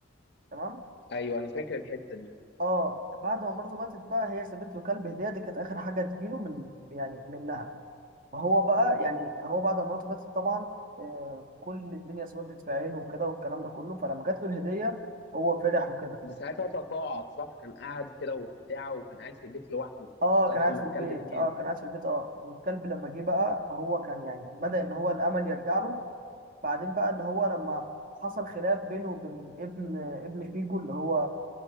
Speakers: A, on the right; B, on the left.
A: تمام
B: ايوه انا فاكر الحته دي
A: اه بعد ما مراته ماتت بقى هي سابت له كلب هدية دي كانت آخر حاجة تجيله من يعني منها فهو بقى يعني هو بعد ما مراته ماتت طبعا آه كل الدنيا اسودت في عينه وكده والكلام ده كله فلما جات له الهدية هو فرح وكده
B: ده ساعتها هو تقاعد صح كان قاعد كده وبتاع وكان قاعد في البيت لوحده
A: اه
B: ساعه
A: كان قاعد
B: لما
A: في البيت
B: الكلب ده جاله
A: اه كان قاعد في البيت اه والكلب لما جه بقى هو كان يعني بدأ ان هو الامل يرجع له بعدين بقى اللي هو لما حصل خلاف بينه وبين ابن ابن فيجو اللي هو